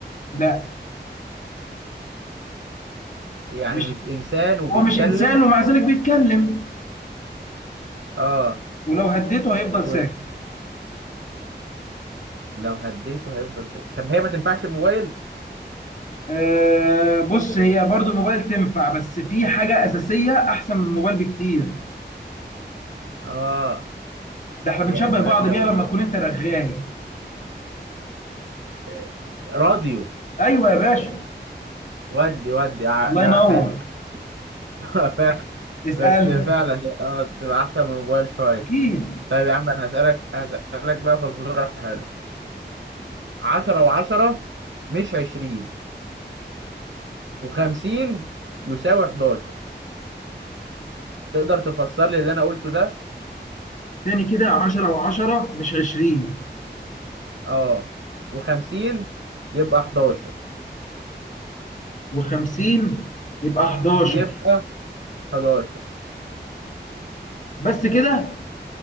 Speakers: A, on the left; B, on the right.
A: لا
B: يعني
A: مش
B: مش انسان وبيتكلم
A: هو مش إنسان ومع ذلك بيتكلم
B: اه
A: ولو هديته هيفضل
B: ولو
A: ساكت
B: هديته هيفضل ساكت طب هي ما تنفعش الموبايل
A: آه بص هي برضو الموبايل تنفع بس في حاجة أساسية أحسن من الموبايل بكتير
B: اه
A: ده احنا بنشبه
B: يعني
A: بعض
B: و- لو
A: بيها لما تكون انت رغاي
B: آه، راديو
A: ايوه يا باشا
B: ودي ودي ع-
A: الله
B: لا
A: ينور
B: حلو <laughs> فعلا
A: اسالني
B: بس فعلا هي- اه تبقى احسن من الموبايل شوية
A: اكيد
B: طيب يا عم انا هسألك هسألك بقى فزورة حلو عشرة وعشرة مش عشرين وخمسين يساوي حداشر تقدر تفسر لي اللي انا قلته ده
A: تاني كده 10 و10 مش 20
B: اه و50 يبقى 11
A: و50 يبقى 11
B: يبقى 11
A: بس كده